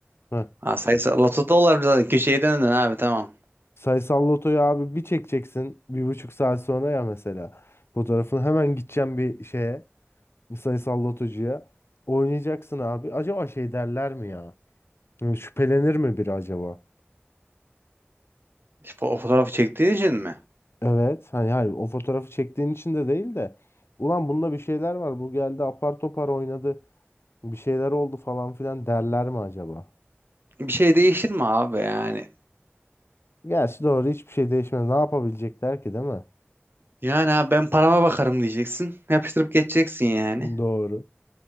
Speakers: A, on the left (about 65°); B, on the right (about 55°).
A: Heh.
B: Ha, sayısal loto da olabilir zaten. Köşeye döndün abi tamam.
A: Sayısal Loto'yu abi bir çekeceksin. Bir buçuk saat sonra ya mesela. Fotoğrafını hemen gideceğim bir şeye. bir Sayısal Lotocuya. Oynayacaksın abi. Acaba şey derler mi ya? Yani Şüphelenir mi biri acaba?
B: İşte o fotoğrafı çektiğin için mi?
A: Evet. Hani, hani o fotoğrafı çektiğin için de değil de. Ulan bunda bir şeyler var. Bu geldi apar topar oynadı. Bir şeyler oldu falan filan derler mi acaba?
B: Bir şey değişir mi abi yani?
A: Gerçi doğru hiçbir şey değişmez. Ne yapabilecekler ki değil mi?
B: Yani abi ben parama bakarım diyeceksin. Yapıştırıp geçeceksin yani.
A: Doğru.